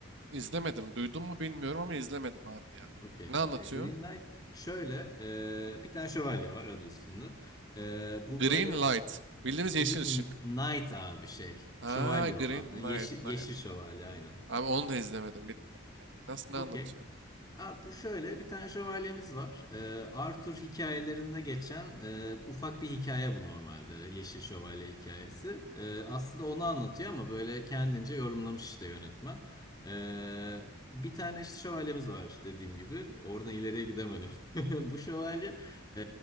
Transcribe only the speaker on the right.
İzlemedim. Duydun mu bilmiyorum ama izlemedim abi ya.
Ne anlatıyor?
Green
light. Bildiğimiz yeşil
ışık.
Ha,
green
light. light.
Abi onu da izlemedim bilmiyorum yani. Nasıl ne
anlatıyor?